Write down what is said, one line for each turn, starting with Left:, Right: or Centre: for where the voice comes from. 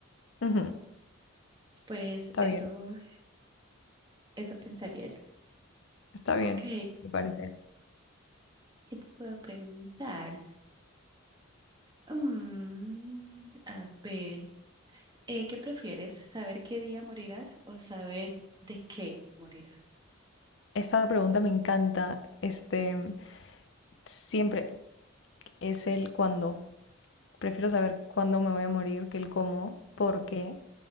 Left: Ujú,
Right: Pues
Left: Está
Right: eso,
Left: bien,
Right: eso pensaría yo.
Left: está bien,
Right: Ok,
Left: me parece.
Right: ¿qué te puedo preguntar? Mm, a ver. Eh, ¿qué prefieres? ¿Saber qué día morirás o saber de qué morirás?
Left: Esta pregunta me encanta. Este, siempre es el cuándo. Prefiero saber cuándo me voy a morir que el cómo, porque